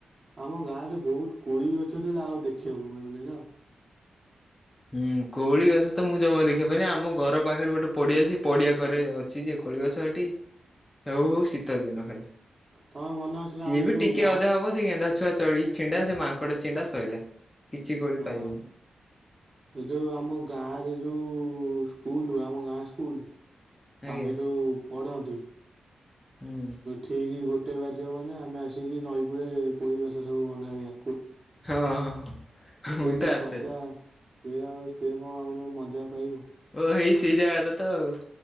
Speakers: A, on the right (about 30°); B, on the left (about 15°).
A: ଆମ ଗାଁ ରେ ବହୁତ କୋଳି ଅଛ ହେ ଆଉ, ଦେଖିବାକୁ ମିଳୁନି ନା?
B: ଉଁ କୋଳି ଗଛ, ତ ମୁଁ ଜମା ଦେଖିବା ପାଇଁନି ଆମ ଘର ପାଖରେ ଗୋଟେ ପଡିଆ ସେ ପଡିଆ କରେ ଅଛି ଯେ କୋଳି ଗଛ ସେଠି ହେଉ ହଉ ଶୀତ ଦିନ ଖାଲି
A: ତମର ମନେ ଅଛି ନା
B: ସିଏ
A: ଆମେ
B: ବି
A: ଯୋଉ
B: ଟିକେ
A: ଗାଁ
B: ଅଧେ ହବ, ସେ ଗେନ୍ଧା ଛୁଆ ଚଢ ଛିଣ୍ଡା ସେ ମାଙ୍କଡ ଚିଣ୍ଡା ଶୋଇଲା କିଛି ଗୋଳି
A: ହଁ
B: ପାଇବୁନି।
A: ଏ ଯୋଉ ଆମ ଗାଁରେ ଯୋଉ ସ୍କୁଲୁ ଆମ ଗାଁ ସ୍କୁଲ
B: ଆଜ୍ଞା
A: ଆମେ ଯୋଉ ପଢନ୍ତି
B: ହୁଁ
A: ଠିକ କୋଟେ ବାଜିବ ମାନେ ଆମେ ଆସିକି ନଈ କୂରେ କୋଇ ଗଛ ସବୁ ବନ୍ଧାରିବା
B: ହଁ। ହଁ
A: ସେ
B: ମୁଁ ତ
A: ଯୋଉ
B: ଆସେ।
A: ମଜା ସିଏ ଆଉ ସିଏ କଣ ଆଉ ମଜା ପାଇବ?
B: ଓ ହେଇ ସେଇ ଜାଗାରେ ତ ଆଉ।